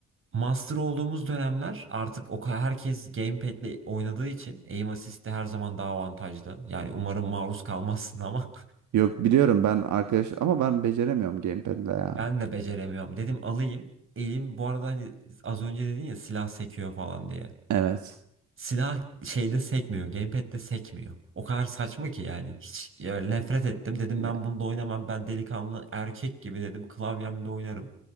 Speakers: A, on the right (about 45°); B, on the right (about 75°).
A: Master olduğumuz dönemler artık o kadar herkes gamepad'le oynadığı için aim assist de her zaman daha avantajlı. Yani umarım maruz kalmazsın ama
B: Yok biliyorum ben arkadaş ama ben beceremiyorum gamepad'le
A: <laughs>
B: ya.
A: ben de beceremiyorum. Dedim alayım. Elim bu arada hani az önce dedin ya silah sekiyor falan diye.
B: Evet.
A: Silah şeyde sekmiyor. Gamepad'de sekmiyor. O kadar saçma ki yani. Hiç ya nefret ettim. Dedim
B: Ya,
A: ben bunda oynamam. Ben delikanlı erkek gibi dedim. Klavyemde oynarım.